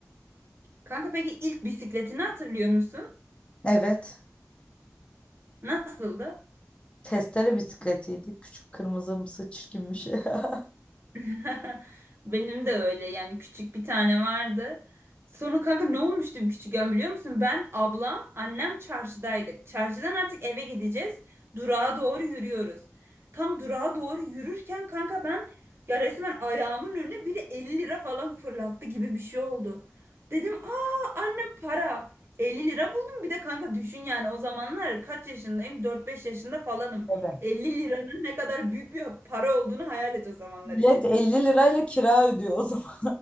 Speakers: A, on the right (about 50°); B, on the left (about 20°).
A: Kanka peki ilk bisikletini hatırlıyor musun?
B: Evet,
A: Nasıldı?
B: testere bisikletiydi. Küçük kırmızımsı çirkin bir şey. <laughs>
A: <laughs> Benim de öyle yani küçük bir tane vardı. Sonra kanka ne olmuştu küçükken biliyor musun? Ben, ablam, annem çarşıdaydık. Çarşıdan artık eve gideceğiz. Durağa doğru yürüyoruz. Tam durağa doğru yürürken kanka ben ya resmen ayağımın önüne biri 50 lira falan fırlattı gibi bir şey oldu. Dedim aa anne para. 50 lira buldum bir de kanka düşün yani o zamanlar kaç yaşındayım? 4-5 yaşında falanım.
B: Evet.
A: 50 liranın ne kadar büyük bir para olduğunu hayal et o zamanlar
B: Millet
A: için.
B: 50 lirayla kira ödüyor o zaman.